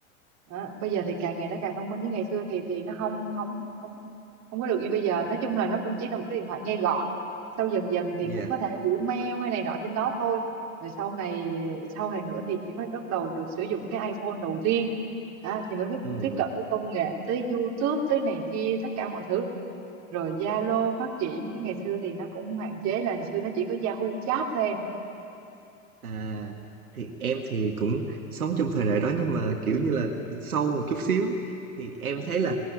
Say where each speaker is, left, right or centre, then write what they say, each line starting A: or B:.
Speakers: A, on the right; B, on the right.
A: đó. Bây giờ thì càng ngày nó càng thông minh chứ ngày xưa thì thì nó không không không không có được như bây giờ nói chung là nó cũng chỉ là một cái điện thoại nghe gọi sau dần dần thì
B: dạ
A: cũng có thể gửi mail hay này nọ trên đó thôi rồi sau này sau này nữa thì chị mới bắt đầu được sử dụng cái iPhone đầu tiên đó, thì mới biết
B: Ừm,
A: tiếp cận tới công nghệ tới YouTube tới này kia tất cả mọi thứ rồi Zalo phát triển chứ ngày xưa thì nó cũng hạn chế là ngày xưa nó chỉ có Yahoo chat thôi em.
B: à thì em thì cũng sống trong thời đại đó nhưng mà kiểu như là sâu một chút xíu thì em
A: ừ.
B: thấy là